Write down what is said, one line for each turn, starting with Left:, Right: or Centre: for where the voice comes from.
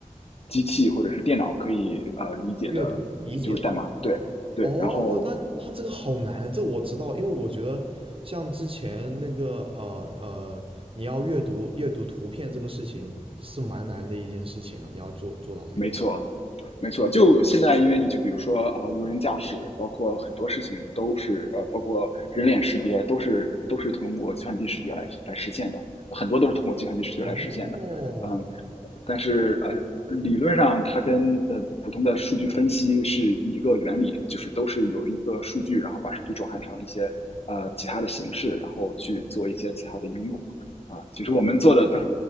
Left: 机器或者是电脑可以呃理解的，
Right: 阅读理解的。
Left: 就是代码。对对，
Right: 哦，
Left: 然后
Right: 那那这个好难，这我知道，因为我觉得像之前那个呃呃，你要阅读阅读图片这个事情是蛮难的一件事情啊，你要做做到这个。
Left: 没错，没错。就现在，因为你就比如说啊、呃无人驾驶，包括很多事情都是呃，包括人脸识别，都是都是通过计算机视觉来来实现的，很多都是通过计算机视觉来实现的。
Right: 哦，
Left: 嗯，呃但是呃，理论上它跟呃普通的数据分析是一个原理，就是都是有一个数据，然后把数据转换成一些呃其他的形式，然后去做一些其他的应用。啊，其实我们做的都